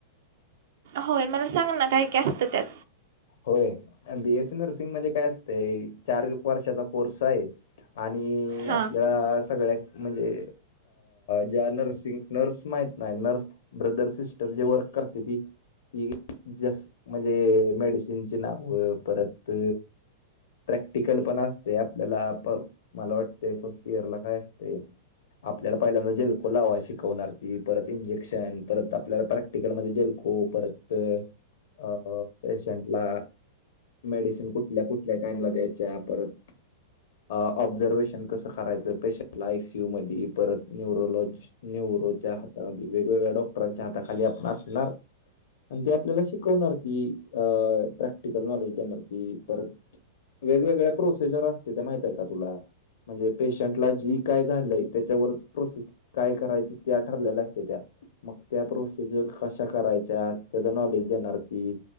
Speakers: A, on the right; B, on the left.
A: होय मला सांग ना काय काय असतं त्यात
B: होय बीएससी नर्सिंग म काय असतं चार वर्षाचा कोर्स आहे आणि
A: हां
B: आपल्या सगळ्या म्हणजे ज्या नर्सिंग नर्स माहित नाही नर्स ब्रदर सिस्टर जे वर्क करते त म्हणजे मेड त्यांची नाव परत प्रॅक्टिकल पण असते आपल्याला मला वाटते फस्ट इयर ला काय असते आपल्याला पहिल्यांदा जेलको लावा शिकवणारी परत इंजेक्शन परत आपल्याला प्रॅक्टिकल मध्ये जेलको परत अ पेशंटला मेडिसिन कुठल्या कुठल्या टाइमला द्यायच्या परत ऑब्झर्वेशन कसं करायचं पेशंटला आयसीयू मध्ये परत न्युरोलॉजिस्ट न्युरोच्या हातामध्ये वेगवेगळ्या डॉक्टरांच्या हाताखाली आपण असणार आणि ते आपल्याला शिकवणार की अ प्रॅक्टिकल नॉलेज देणार ती परत वेगवेगळ्या प्रोसेजर असते त्या माहित आहे का तुला म्हणजे पेशंटला जी काय झालंय त्याच्यावर प्रोसेस काय करायची त्या ठरलेल्या असते त्या मग त्या प्रोसेजर कशा करायच्या त्याचा नॉलेज देणार ती